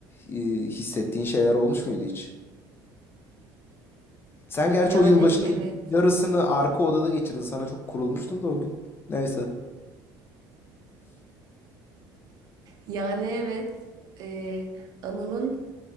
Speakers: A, on the left; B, on the right.
A: e, hissettiğin şeyler olmuş muydu hiç? Sen gerçi
B: Yani
A: o yılbaşının
B: evet.
A: yarısını arka odada geçirdin. Sana çok kurulmuştum da o gün. Neyse.
B: Yani evet. Ee, Anıl'ın